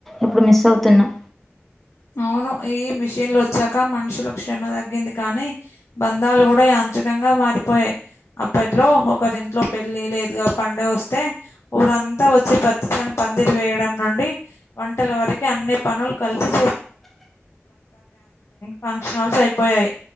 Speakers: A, in the centre; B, on the left.
A: ఇప్పుడు మిస్ అవుతున్నాం
B: అవును ఈ మిషిన్లు వచ్చాక మనుషులకు ష్రమ తగ్గింది కానీ బంధాలు గూడా యాంత్రికంగా మారిపోయాయి అప్పట్లో ఒకరింట్లో పెళ్లి లేదుగా పండే ఊరంతా వచ్చి పచ్చని పందిరు వేయడం నుండి వంటల వరకు అన్నీ పనులు కలిసి ఫంక్షనాల్స్ అయిపోయాయి